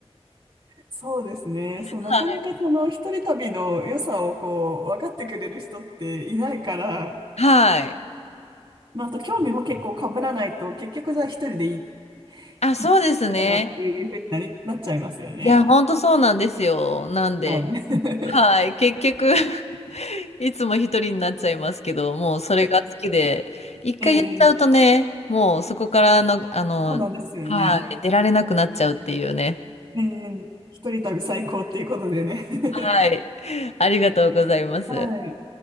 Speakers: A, on the right; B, on the left.
A: そうですね。
B: <laughs>
A: そう、なかなかその一人旅の良さをこう、分かってくれる人っていないから、
B: はい。
A: まあ、あと興味も結構被らないと、結局じゃあ一人でい
B: あ、そうですね。
A: 行くのがっていうふうになり、なっちゃいますよね。
B: いや、本当そうなんですよ。
A: も
B: なんで、
A: ちろん。<laughs>
B: はい。結局いつも一人になっちゃいますけど、もうそれが好きで、一回やっちゃうとね、
A: ええ
B: もうそこからの、あの、
A: そうなんですよね。
B: はい、出られなくなっちゃうっていうね。
A: ええ一人旅最高っていうことでね。<laughs>
B: はい。ありがとうございます。
A: はい。